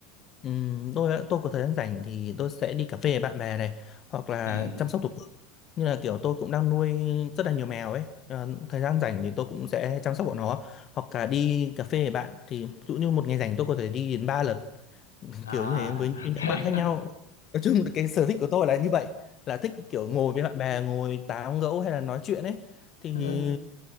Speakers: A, on the left; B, on the left.
A: Ừm, tôi á- tôi có thời gian rảnh thì tôi sẽ đi cà phê với bạn bè này hoặc là
B: ừ
A: chăm sóc thú cưng như là kiểu tôi cũng đang nuôi rất là nhiều mèo ấy Ờ, thời gian rảnh thì tôi cũng sẽ chăm sóc bọn nó hoặc là đi cà phê với bạn thì ví dụ như một ngày rảnh tôi có thể đi đến ba lần
B: à
A: kiểu như thế với những
B: <laughs> thế
A: nhóm bạn
B: hả?
A: khác nhau nói chung là cái sở thích của tôi là như vậy là thích kiểu ngồi với bạn bè ngồi tán gẫu hay là nói chuyện ấy thì
B: ừ.